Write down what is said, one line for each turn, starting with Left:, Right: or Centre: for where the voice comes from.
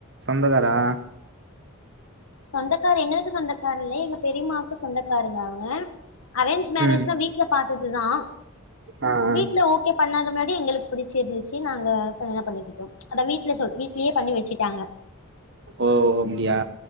Right: சொந்தகாரா
Left: சொந்தக்கார எங்களுக்கு சொந்தக்கார் இல்ல எங்க பெரியம்மாவுக்கு சொந்தக்காருங்க அவுங்க அரேஞ்ச் மேரேஜ்னா
Right: ம்
Left: வீட்ல பாத்ததுதா
Right: ஆ ஆ
Left: வீட்ல ஓ கே பண்ணாத முன்னாடி எங்களுக்கு பிடிச்சிருந்து சி நாங்க கல்யாண பண்ணிக்கிட்டோ அத வீட்ல சொல்லி வீட்லேயே பண்ணி வெச்சுட்டாங்க
Right: ஓ அப்டியா